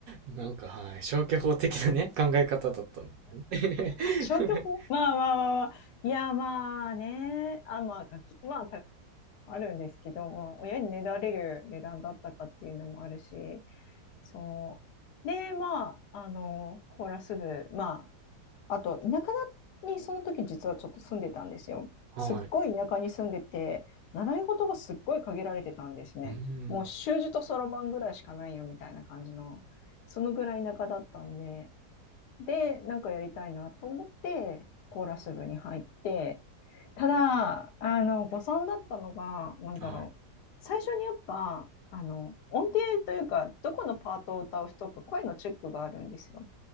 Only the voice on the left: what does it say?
消去法まあまあまあまあ。
いや、まあね。あ、まあ、楽器、まあ、たあるんですけど、まあ、親にねだれる値段だったかっていうのもあるし、そう。で、まあ、あの、コーラス部、まあ、あと、田舎だにその時実はちょっと住んでたんですよ。
すっごい田舎に住んでて、習い事がすっごい限られてたんですね。
もう習字とそろばんぐらいしかないよみたいな感じの、そのぐらい田舎だったんで、で、なんかやりたいなと思って、コーラス部に入って、ただ、あの、誤算だったのが、なんだろう。
最初にやっぱ、あの、音程というか、どこのパートを歌う人か、声のチェックがあるんですよ。